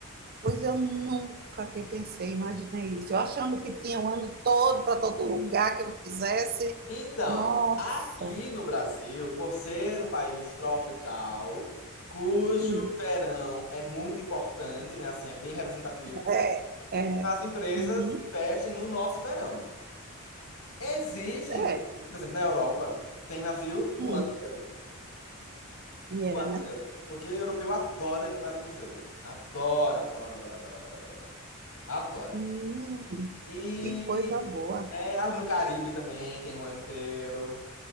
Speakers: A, on the right; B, on the left.
A: Pois eu nunca que pensei, imaginei isso. Eu achando
B: Pois.
A: que tinha
B: foi.
A: o ano todo para todo lugar que eu quisesse.
B: Então,
A: Nossa.
B: aqui no Brasil, por ser um país tropical, cujo
A: Hum.
B: verão é muito importante, né? Assim, é bem representativo,
A: É,
B: então
A: é.
B: as empresas
A: Uhum.
B: investem no nosso verão. Existem,
A: É.
B: por exemplo, na Europa, tem navio
A: Hum.
B: o ano inteiro.
A: E
B: O
A: é,
B: ano
A: né?
B: inteiro. Porque europeu adora andar de cruzeiro. Adora, adora, adora, adora, adora, adora, adora. Adora.
A: Hum.
B: E
A: Que coisa boa.
B: é, ali no Caribe também tem o ano inteiro.